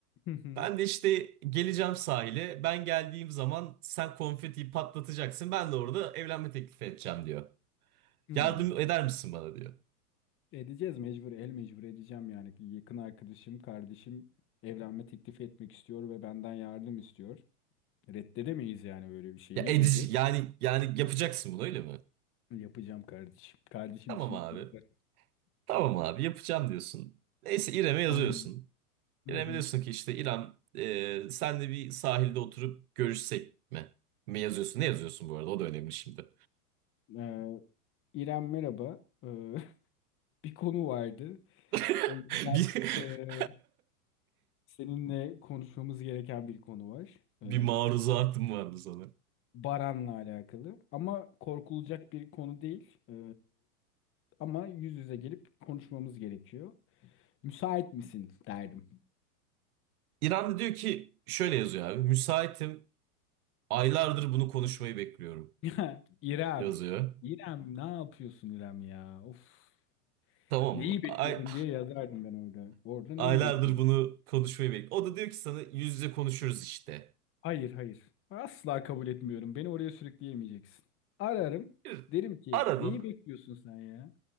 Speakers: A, on the left; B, on the right.
A: Hı hı.
B: Ben de işte geleceğim sahile. Ben geldiğim zaman sen konfetiyi patlatacaksın. Ben de orada evlenme teklifi edeceğim diyor.
A: Hmm.
B: Yardım eder misin bana diyor.
A: Edeceğiz mecbur, el mecbur edeceğim yani. Yakın arkadaşım, kardeşim evlenme teklifi etmek istiyor ve benden yardım istiyor. Reddedemeyiz yani böyle bir şey.
B: Ya
A: Ne
B: edici
A: diyeceğiz?
B: yani yani yapacaksın bunu öyle mi?
A: Yapacağım kardeşim. Kardeşim
B: Tamam
A: için
B: abi.
A: yaparım.
B: Tamam abi yapacağım diyorsun. Neyse İrem'e yazıyorsun.
A: Aynen. Hı
B: İrem'e
A: hı.
B: diyorsun ki işte İrem e, sen de bir sahilde oturup görüşsek mi? Mi yazıyorsun? Ne yazıyorsun bu arada? O da önemli şimdi.
A: Ee, İrem merhaba. Ee, <laughs> bir konu vardı.
B: <laughs>
A: O yüzden
B: Bir,
A: e,
B: <laughs>
A: seninle konuşmamız gereken bir konu var. E,
B: bir maruzatım vardı sana.
A: Baran'la alakalı. Ama korkulacak bir konu değil. E, ama yüz yüze gelip konuşmamız gerekiyor. Müsait misin derdim.
B: İrem de diyor ki şöyle yazıyor abi. Müsaitim. Aylardır bunu konuşmayı bekliyorum.
A: <laughs> İrem.
B: Yazıyor.
A: İrem ne yapıyorsun İrem ya? Of.
B: Tamam
A: Neyi
B: mı?
A: bekliyordun
B: Ay,
A: diye yazardım ben orada. Orada
B: <laughs>
A: neyi
B: aylardır
A: bekliyordun?
B: bunu konuşmayı bekliyorum. O da diyor ki sana yüz yüze konuşuruz işte.
A: Hayır hayır. Asla kabul etmiyorum. Beni oraya sürükleyemeyeceksin. Ararım.
B: Bir
A: Derim ki
B: Aradın.
A: neyi bekliyorsun sen ya?